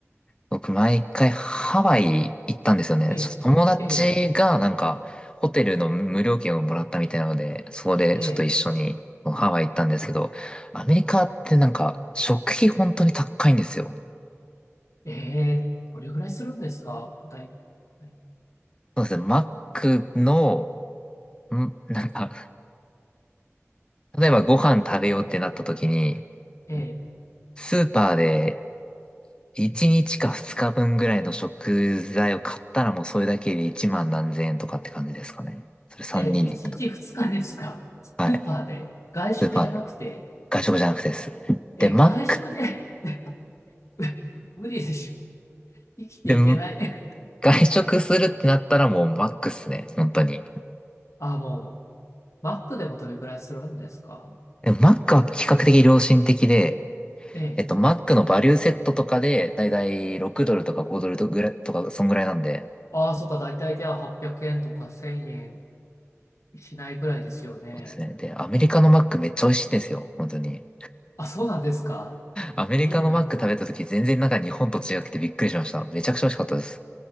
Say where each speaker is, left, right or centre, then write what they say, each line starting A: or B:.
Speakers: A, on the left; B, on the left.
A: 僕、毎回ハワイ行ったんですよね。
B: え、
A: ちょっと友達が、
B: え、
A: なんか、ホテルの無料券をもらったみたいなので、そこでちょっと一緒にハワイ行ったんですけど、
B: え、
A: アメリカってなんか、食費本当に高いんですよ。
B: え、えーどれぐらいするんですかだい、だい
A: そうですね、マックの、ん、なんか、例えばご飯食べようってなった時に、
B: え
A: スーパーで1日か2日分ぐらいの食材を買ったらもうそれだけで1万何千円とかって感じですかね。それ3人で行った時。
B: ー、えー、1日2日ですかスーパーで。
A: はい。
B: 外食じゃなくて、
A: スーパーで。外食じゃなくてです。
B: え、
A: で、マック、
B: 外食で <laughs> 無理でしょ。生きていけない。
A: で、外食するってなったらもうマックっすね。本当に。
B: あ、もう、マックでもどれぐらいするんですか
A: でもマックは比較的良心的で、
B: え
A: えっと、マックのバリューセットとかで、だいたい6ドルとか5ドルとぐらいとか、そんぐらいなんで、
B: ああ、そっか、大体では800円とか1000円しないぐらいですよね。
A: そうですね。で、アメリカのマックめっちゃ美味しいんですよ。本当に。
B: あ、そうなんですか
A: アメリカのマック食べた時全然なんか日本と違くてびっくりしました。
B: いいな
A: めちゃくちゃ美味しかったです。